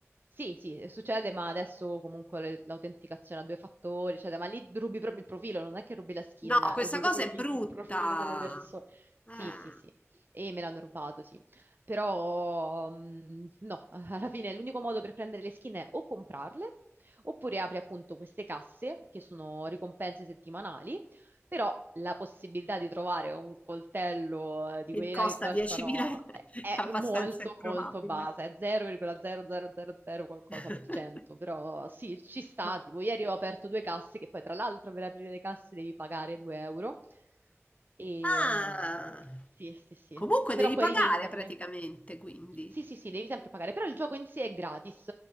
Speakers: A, on the right; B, on the left.
A: Sì, sì, succede, ma adesso comunque le- l'autenticazione a due fattori, eccetera, ma lì rubi proprio il profilo, non è che rubi la skin,
B: No, questa
A: rubi
B: cosa
A: proprio
B: è
A: il
B: brutta.
A: <laughs> profilo delle persone. Sì,
B: Eh,
A: sì, sì, e me l'hanno rubato, sì. Però, mm, no, <laughs> alla fine l'unico modo per prendere le skin è o comprarle, oppure apri appunto queste casse che sono ricompense settimanali, però la possibilità di trovare un coltello eh, di
B: che
A: quelli
B: costa
A: là che costano
B: 10.000 è <laughs>
A: è è
B: abbastanza
A: molto
B: improbabile.
A: molto bassa, è 0,0000 qualcosa
B: <laughs>
A: per cento, però sì, ci sta,
B: Ma
A: tipo ieri ho aperto due casse che poi tra l'altro per aprire le casse devi pagare 2 euro e
B: Ah,
A: mm, sì, sì, sì,
B: comunque
A: però
B: devi
A: puoi
B: pagare
A: rivenderle.
B: praticamente, quindi.
A: Sì, sì, sì, devi sempre pagare, però il gioco in sé è gratis,